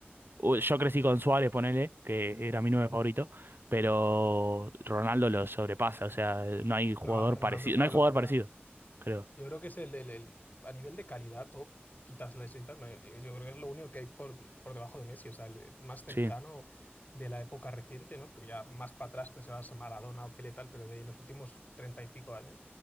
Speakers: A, on the right (about 60°); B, on the left (about 40°).
A: u- yo crecí con Suárez, ponele, que era mi nueve favorito, pero Ronaldo lo sobrepasa. O sea, no hay jugador
B: No, Ronaldo
A: parecido,
B: es
A: no
B: una
A: hay jugador
B: locura.
A: parecido, creo.
B: Yo creo que es el, el- el- a nivel de calidad, top, quitas la quitas, me- yo creo que es lo único que hay por, por debajo de Messi, o sea, el, el más cercano
A: Sí.
B: de la época reciente, ¿no? Porque ya más para atrás pues se va a Maradona o Pelé tal, pero de los últimos treinta y pico años,